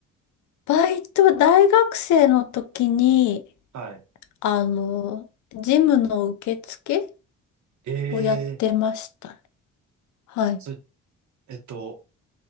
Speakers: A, on the left; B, on the right.
A: バイト、大学生の時に、
B: はい。
A: あの、ジムの受付
B: ええ
A: をやってましたねはい。
B: それ、えっと、